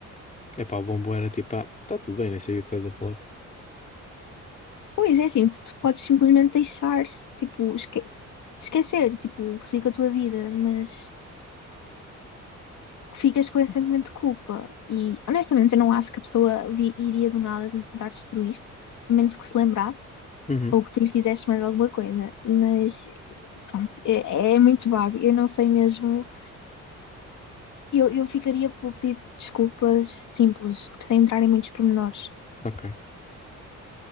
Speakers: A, on the left (about 25°); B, on the left (about 70°).
A: Epá, o bombom era tipo, ah, tá tudo bem, nem sei o que estás a falar.
B: Pois
A: <laughs>
B: é, assim, tu, tu podes simplesmente deixar, tipo, esque- esquecer, tipo, siga a tua vida, mas ficas com esse sentimento de culpa. E honestamente, eu não acho que a pessoa vi- iria do nada tentar destruir-te, a menos que se lembrasse
A: Uhum,
B: ou que tu lhe fizeste mais alguma coisa. Mas pronto, é, é muito vago. Eu não sei mesmo. Eu, eu ficaria pelo pedido de desculpas simples, tipo, sem entrar em muitos pormenores.
A: ok.